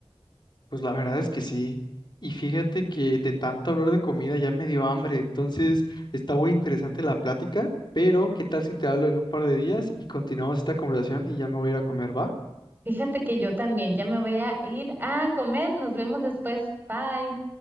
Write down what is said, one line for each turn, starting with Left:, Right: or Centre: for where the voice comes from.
Left: Pues la verdad es que sí. Y fíjate que de tanto hablar de comida ya me dio hambre. Entonces está muy interesante la plática, pero ¿qué tal si te hablo en un par de días y continuamos esta conversación y ya me voy a ir a comer, ¿va?
Right: Fíjate que yo también ya me voy a ir a comer. Nos vemos después. Bye.